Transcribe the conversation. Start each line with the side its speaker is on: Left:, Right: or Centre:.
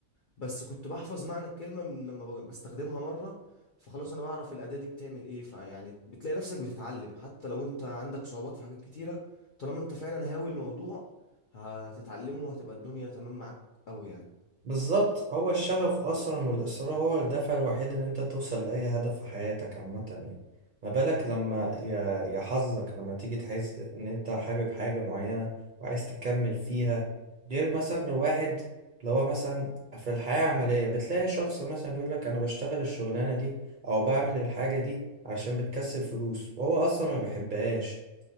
Left: بس كنت بحفظ معنى الكلمه من لما بج- بستخدمها مره فخلاص انا بعرف الاداه دي بتعمل ايه فيعني بتلاقي نفسك بتتعلم حتى لو انت عندك صعوبات في حاجات كتيره طالما انت فعلا هاوي الموضوع هتتعلمه وهتبقى الدنيا تمام معاك قوي يعني
Right: بالظبط هو الشغف اصلا والاصرار هو الدافع الوحيد ان انت توصل لاي هدف في حياتك عامه يعني ما بالك لما يا يا حظك لما تيجي تحس ان انت حابب حاجه معينه وعايز تكمل فيها غير مثلا واحد اللي هو مثلا في الحياه العمليه بتلاقي شخص مثلا بيقول لك انا بشتغل الشغلانه دي او بعمل الحاجه دي عشان بتكسب فلوس وهو اصلا ما بيحبهاش